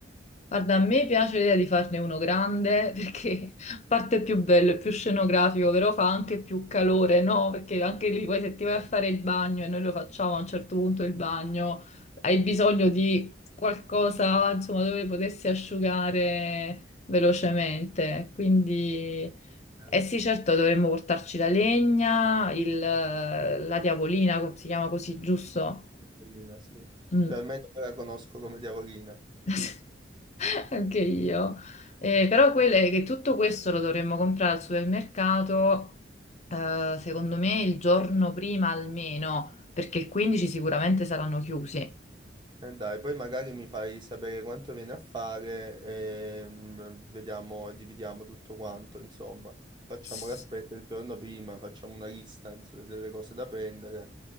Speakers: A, on the left; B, on the right.
A: Guarda, a me piace l'idea di farne uno grande perché <laughs> a parte è più bello, è più scenografico, però fa anche più calore, no? Perché anche lì poi se ti vai a
B: Eh,
A: fare il bagno e noi lo facciamo a un certo punto il bagno, hai bisogno di qualcosa, insomma, dove potessi asciugare velocemente. Quindi,
B: eh,
A: eh sì, certo, dovremmo portarci la legna, il- la diavolina, si chiama così, giusto?
B: sì, una tavolina, sì.
A: Mm.
B: Cioè almeno io la conosco come diavolina.
A: <laughs> Anche io. Eh, però quello è che tutto questo lo dovremmo comprare al supermercato, eh, secondo me il giorno prima almeno,
B: Mm.
A: perché il 15 sicuramente saranno chiusi.
B: E dai, poi magari mi fai sapere quanto viene a fare e mm, vediamo, dividiamo tutto quanto, insomma. Facciamo
A: S-
B: l'aspetto il giorno prima, facciamo una lista ins- delle cose da prendere.